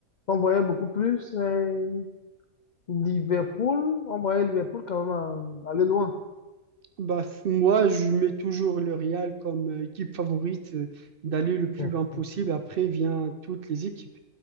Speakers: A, on the left; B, on the right.
A: On voyait beaucoup plus euh, Liverpool. On voyait Liverpool quand même euh, aller loin.
B: Bah, f- moi, je mets toujours le Real comme euh, équipe favorite euh, d'aller le plus
A: <laughs> Hum,
B: loin possible.
A: hum,
B: Après, vient toutes les équipes.